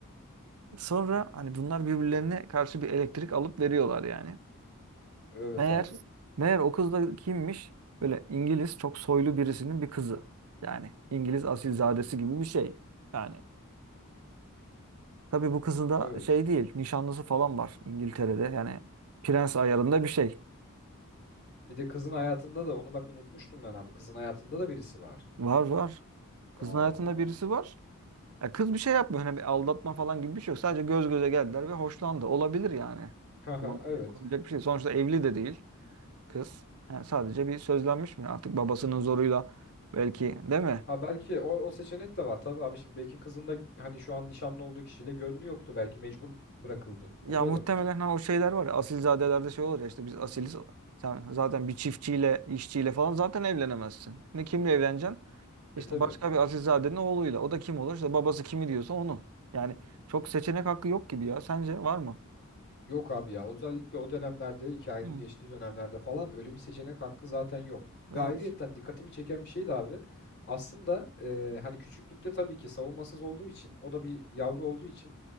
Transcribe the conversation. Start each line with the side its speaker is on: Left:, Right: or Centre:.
Right: Sonra hani bunlar birbirlerine karşı bir elektrik alıp veriyorlar yani.
Left: Evet
Right: Meğer
Left: abi.
Right: meğer o kız da kimmiş? Böyle İngiliz çok soylu birisinin bir kızı. Yani İngiliz asilzadesi gibi bir şey. Yani tabii bu kızın da
Left: Evet.
Right: şey değil, nişanlısı falan var İngiltere'de. Yani prens ayarında bir şey.
Left: Bir de kızın hayatında da onu bak unutmuştum ben abi. Kızın hayatında da birisi var.
Right: Var var. Kızın
Left: Oo.
Right: hayatında birisi var. Ya kız bir şey yapmıyor. Hani bir aldatma falan gibi bir şey yok. Sadece göz göze geldiler ve hoşlandı. Olabilir yani.
Left: <laughs>
Right: Olamayacak,
Left: Haha, Evet.
Right: olabilecek bir şey. Sonuçta evli de değil. kız. Yani sadece bir sözlenmiş mi? Artık babasının zoruyla belki değil mi?
Left: Ha belki o, o seçenek de var tabii abi şimdi belki kızın da hani şu an nişanlı olduğu kişiyle gönlü yoktu belki mecbur bırakıldı.
Right: Ya
Left: O da olabilir.
Right: muhtemelen ha o şeyler var ya asilzadelerde şey olur ya işte biz asiliz. Sen zaten bir çiftçiyle, işçiyle falan zaten evlenemezsin. Ne kimle evleneceksin? İşte
Left: E tabii.
Right: başka bir asilzadenin oğluyla. O da kim olur? İşte babası kimi diyorsa onu. Yani çok seçenek hakkı yok gibi ya. Sence var mı?
Left: Yok abi ya özellikle o dönemlerde hikayenin
Right: Hı.
Left: geçtiği dönemlerde falan öyle bir seçenek hakkı zaten yok. Ve
Right: Evet.
Left: ayrıyetten dikkatimi çeken bir şey de abi aslında e, hani küçüklükte tabii ki savunmasız olduğu için o da bir yavru olduğu için